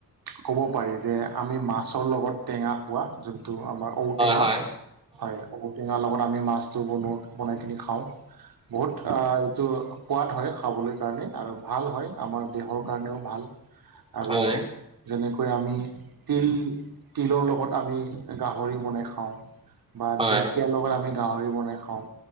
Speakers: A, on the right (about 80°); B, on the right (about 15°).
A: ক'ব পাৰি যে আমি মাছৰ লগত টেঙা খোৱা যোনটো আমাৰ ঔটেঙা
B: হয়
A: হয় ঔটেঙাৰ লগত আমি মাছটো বনোৱা বনাই কিনে খাওঁ। বহুত আ এইটো সোৱাদ হয় খাবলৈ কাৰণে আৰু ভাল হয় আমাৰ দেহৰ কাৰণেও ভাল। আৰু
B: হয়।
A: যেনেকৈ আমি তিল তিলৰ লগত আমি গাহৰি বনাই খাওঁ বা
B: হয়
A: দেখ আমি গাহৰি বনাই খাওঁ